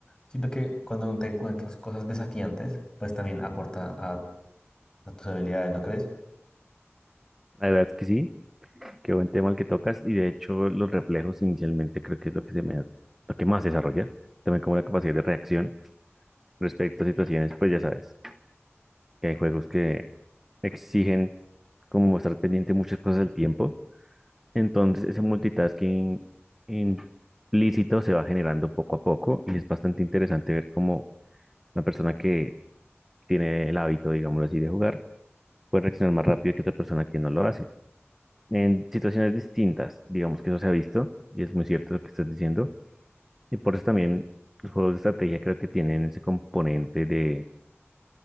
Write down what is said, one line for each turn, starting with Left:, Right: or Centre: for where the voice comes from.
Left: sino que cuando te encuentras cosas desafiantes, pues también aporta a, a tus habilidades, ¿no crees?
Centre: verdad es que sí, qué buen tema el que tocas y de hecho los reflejos inicialmente creo que es lo que se me da- lo que más se desarrolla, también como la capacidad de reacción. respecto a situaciones, pues ya sabes, que hay juegos que exigen como estar pendiente de muchas cosas al tiempo. Entonces, ese multitasking implícito se va generando poco a poco y es bastante interesante ver cómo una persona que tiene el hábito, digámoslo así, de jugar, puede reaccionar más rápido que otra persona que no lo hace. En situaciones distintas, digamos que eso se ha visto y es muy cierto lo que estás diciendo. Y por eso también los juegos de estrategia creo que tienen ese componente de,